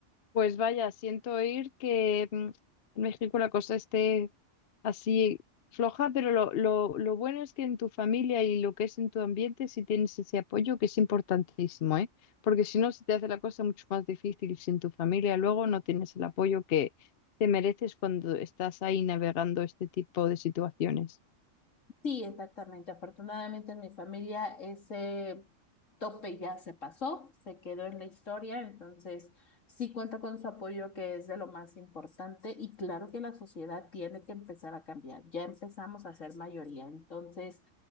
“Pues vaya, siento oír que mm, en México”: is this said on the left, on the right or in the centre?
Left